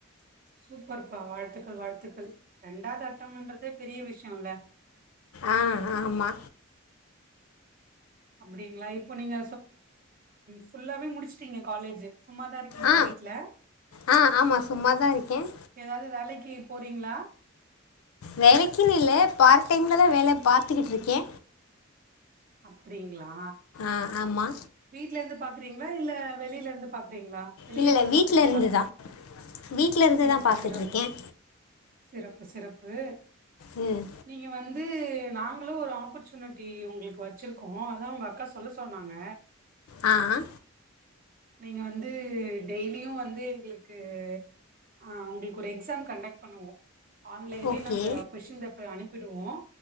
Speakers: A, on the right; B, on the left.
A: சூப்பர்ப்பா வாழ்த்துக்கள் வாழ்த்துக்கள் ரெண்டாவது அட்டம்ன்றதே பெரிய விஷயம்ல்ல
B: ஆ ஆமா
A: அப்டிங்ளா இப்போ நீங்க ஃபுல்லாவே முடிச்சுட்டீங்க காலேஜு சும்மாதா இருக்கீங்ளா
B: ஆ
A: வீட்ல
B: ஆ ஆமாம் சும்மா தான் இருக்கேன்
A: ஏதாவது வேலைக்கி போறீங்ளா
B: வேலைக்குன்னு இல்ல பார்ட் டைம்ல தா வேல பார்த்துக்கிட்டு இருக்க
A: அப்டிங்ளா
B: ஆ ஆமா
A: வீட்ல இருந்து பாக்குறீங்ளா இல்ல வெளியில இருந்து பாக்குறீங்ளா வெளிய
B: இல்லை இல்லை
A: போய்
B: வீட்டில்
A: பாக்குறீங்ளா
B: இருந்து தான் வீட்டில் இருந்து
A: சிறப்பு
B: தான் பார்த்துட்ருக்கேன்
A: சிறப்பு சிறப்பு சிறப்பு
B: ம்
A: நீங்க வந்து நாங்களு ஒரு ஆப்பர்ச்சுனிட்டி உங்ளுக்கு வச்சுருக்கோ அதா உங்க அக்கா சொல்ல சொன்னாங்க
B: ஆ
A: நீங்க வந்து டெய்லியு வந்து எங்களுக்கு ஆ உங்களுக்கு ஒரு எக்ஸாம் கண்டக்ட் பண்ணுவோ ஆன்லைன்லே
B: ஓகே
A: நாங்க கொஸ்டின் பேப்பர் அனுப்பிடுவோ